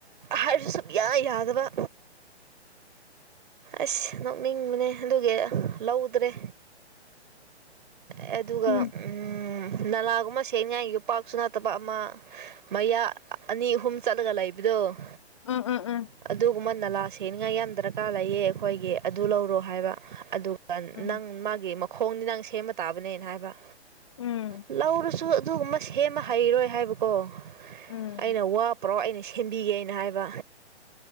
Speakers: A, on the right; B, on the left.
A: ꯍꯥꯏꯔꯁꯨ ꯁꯨꯝ ꯌꯥꯏ ꯌꯥꯗꯕ ꯑꯁ ꯅꯣꯛꯅꯤꯡꯕꯅꯦ ꯑꯗꯨꯒꯤ ꯂꯧꯗ꯭ꯔꯦ ꯑꯗꯨꯒ
B: ꯎꯝ
A: ꯅꯂꯥꯒꯨꯝꯕ ꯁꯦꯡꯉꯥꯏ ꯌꯣꯄꯥꯛꯁꯨ ꯅꯅꯥꯠꯇꯕ ꯑꯃ ꯃꯌꯥ ꯑꯅꯤ ꯑꯍꯨꯝ ꯆꯠꯂꯒ ꯂꯩꯕꯗꯣ
B: ꯎꯝ ꯎꯝ ꯎꯝ
A: ꯑꯗꯨꯒꯨꯝꯕ ꯅꯂꯥ ꯁꯦꯠꯅꯤꯡꯉꯥꯏ ꯌꯥꯝ ꯗꯔꯀꯥꯔ ꯂꯩꯌꯦ ꯑꯩꯈꯣꯏꯒꯤ ꯑꯗꯨ ꯂꯧꯔꯣ ꯍꯥꯏꯕ ꯑꯗꯨꯒ
B: ꯎꯝ
A: ꯅꯪ ꯃꯥꯒꯤ ꯃꯈꯣꯡꯗꯤ ꯅꯪ ꯁꯦꯝꯕ ꯇꯥꯕꯅꯦꯅ ꯍꯥꯏꯕ
B: ꯎꯝ
A: ꯂꯧꯔꯨ ꯨ ꯑꯗꯨꯒꯨꯝꯕ ꯁꯦꯝꯃ ꯍꯩꯔꯣꯏ ꯍꯥꯏꯕꯀꯣ
B: ꯎꯝ
A: ꯑꯩꯅ ꯋꯥꯄ ꯄꯨꯔꯥꯎ ꯑꯩꯅ ꯁꯦꯝꯕꯤꯒꯦꯅ ꯍꯥꯏꯕ